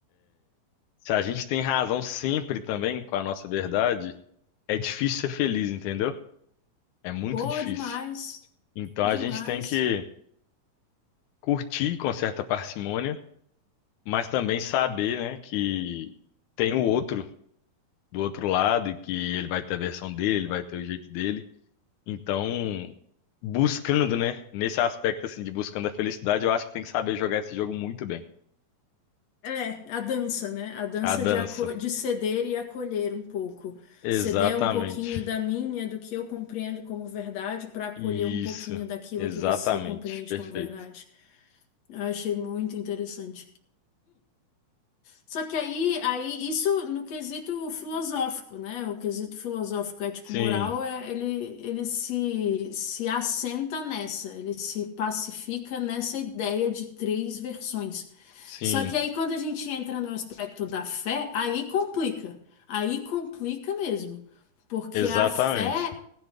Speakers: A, on the left (about 80°); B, on the left (about 50°).
A: Se a gente tem razão sempre também com a nossa verdade, é difícil ser feliz, entendeu? É muito
B: pô,
A: difícil.
B: demais,
A: Então
B: demais.
A: a gente tem que curtir com certa parcimônia, mas também saber, né, que tem o outro do outro lado e que ele vai ter a versão dele, ele vai ter o jeito dele. Então, buscando, né, nesse aspecto assim de buscando a felicidade, eu acho que tem que saber jogar esse jogo muito bem.
B: É, a dança, né? A dança
A: A dança.
B: de, aco- de ceder e acolher um pouco.
A: Exatamente.
B: Ceder um pouquinho da minha, do que eu compreendo como verdade, para acolher
A: Isso.
B: um pouquinho daquilo
A: Exatamente.
B: que você compreende
A: Perfeito.
B: como verdade. Eu achei muito interessante. Só que aí, aí isso no quesito filosófico, né? O quesito filosófico ético-moral
A: Sim,
B: é ele, ele se, se assenta nessa, ele se pacifica nessa ideia de três versões.
A: sim,
B: Só que aí quando a gente entra no aspecto da fé, aí complica. Aí complica mesmo, porque
A: exatamente.
B: a fé